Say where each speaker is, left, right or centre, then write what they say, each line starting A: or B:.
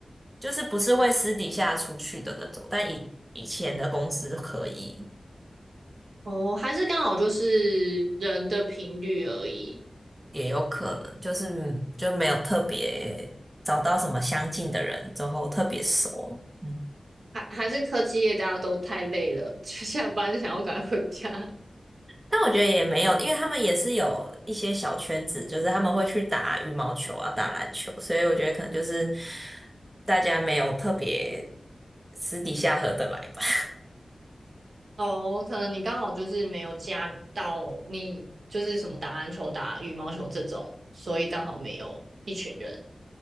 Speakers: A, on the right (about 20°); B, on the right (about 75°).
A: 就是不是会私底下出去的那种，但以以前的公司可以。
B: 哦，还是刚好就是人的频率而已？
A: 也有可能，就是就没有特别找到什么相近的人之后特别熟。嗯，
B: 还还是科技业大家都太累了，<laughs> 就下班想要赶快回家。
A: 但我觉得也没有，因为他们也是有一些小圈子，就是他们会去打羽毛球啊、打篮球，所以我觉得可能就是大家没有特别私底下合得来吧。
B: 哦，可能你刚好就是没有加到你就是什么打篮球、打羽毛球这种，所以刚好没有一群人。